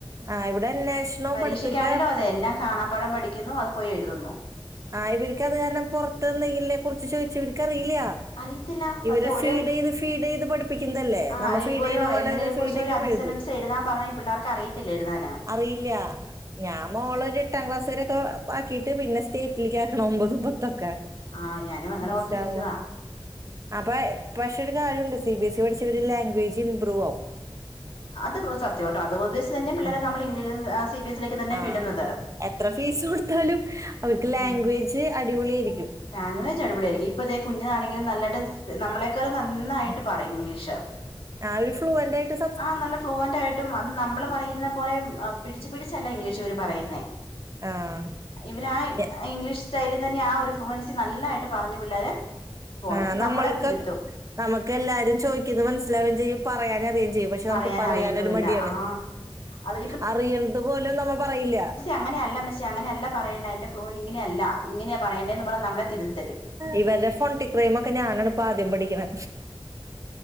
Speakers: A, on the right; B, on the left.
A: ആ ഇവിടെ അന്വേഷണവും
B: പരീക്ഷിക്കാണല്ലോ
A: പഠിത്തം ഇപ്പ
B: അതെ എല്ലാം കാണാപ്പാടം പഠി കുന്നു ആത് പോയി എഴുതുന്നു.
A: ആഹ് ഇവർക്ക് അത് കാരണം പൊറത്ത് എന്തെങ്കില്നെ കുറിച്ച് ചോദിച്ച ഇവര്ക്കറിയില്ല.
B: അറിയത്തില്ല സത്യം
A: ഇവരെ
B: ഒരു
A: ഫീഡ് ചെയ്ത് ഫീഡ് ചെയ്ത് പഠിപ്പിക്കുന്നല്ലേ
B: ആ
A: നമ്മ് ഫീഡ്
B: ഇപ്പൊ
A: ചെയ്യുന്ന
B: ഒരു
A: പോലെ
B: എന്തിനെ
A: അവരെ ഫീഡ്
B: കുറിച്ച്
A: ചെയ്യും
B: ഒരു അഞ്ച്
A: എഴുതും.
B: സെന്റൻസ് എഴുതാൻ പറഞ്ഞാ ഈ പിള്ളെർക്ക് അറിയത്തില്ല എഴുതാന്.
A: അറിയില്ല. ഞാൻ മോള ഒരു എട്ടാം ക്ലാസ് വരെക്കെ ആക്കിട്ട് പിന്നെ സ്റ്റേറ്റിൽക്ക് ആക്കണം ഒമ്പതും പത്തൊക്കെ.
B: ആഹ് ഞാനും അങ്ങനെ
A: ഇൻശാ
B: ഓർത്തിരിക്കുവാ
A: അള്ളാ അപ്പ പക്ഷെ ഒരു കാര്യണ്ട് സി ബി എസ് ഇ പഠിച്ചവര് ലാംഗ്വേജ് ഇമ്പ്രൂവ് ആവും.
B: അത് സത്യംട്ടോ അത് പതിസ് തന്നെ പിള്ളരെ
A: ഉം.
B: നമ്മൾ ഇംഗ് സി ബി എസിലേക്ക് തന്നെ
A: ആഹ്
B: വിടുന്നത്.
A: എത്ര ഫീസ് കൊടുത്താലും അവർക്ക്
B: ഉം
A: ലാംഗ്വേജ് അടിപൊളി ആയിരിക്കും.
B: ലാംഗ്വേജ് അടിപൊളിയായിരിക്കും ഇപ്പം ഇതേ കുഞ്ണങ്കിലും നല്ലായിട്ട് നമ്മളെക്കാളും ന്നായിട്ട്
A: ഉം
B: പറയും ഇംഗ്ലീഷ്.
A: ആഹ് ഒരു ഫ്ലൂ എന്റെറായിട്ട്.
B: ആഹ് നല്ല ഫ്ലുവന്റ് ആയിട്ടും. അത് നമ്മള് പറയുന്ന പോലെ പിടിച്ച് പിടിച്ചല്ല ഇംഗ്ലീഷ് അവർ പറയുന്നേ.
A: ആഹ്
B: ഇവര് ആഹ്
A: എ
B: ഇംഗ്ലീഷ് സ്റ്റൈല്. അഹ് തന്നെ ആഹ് ഒരു ഫ്രൂവൻസി നല്ലായിട്ട് പറഞ്ഞു പിള്ളേര് പൊണ്
A: ആഹ്
B: എന്നിട്ട്
A: നമ്മൾക്കൊക്കെ
B: നമ്മളെ തിരുത്തും.
A: നമുക്ക് എല്ലാരും ചോയിക്കുന്നെ മനസിലാവുകയും ചെയ്യും പറയാനറിം യചെ പക്ഷെ
B: പറയാൻ
A: നമുക്ക് പറയാനരു
B: അറിയത്തുമില്ല
A: മടിയാണ്
B: ആ അത്
A: അറിയണത് പോലും നമ്മള് പറയില്ല.
B: അങ്ങനെയ അല്ല മെച്ചിയെ അങ്ങനെയല്ല പറയണ്ട അന്റെ ഫ്ലോന് ഇങ്ങനെയല്ല ഇങ്ങനെയാ പറയണ്ടേന്ന് നമ്മളെ തിരുത്തിതരും.
A: ഇവര്ടെ ഫോൺ ടിക് ക്രൈം ഒക്കെ ഞാനാണ് ഇപ്പ ആദ്യം പഠിക്കണാ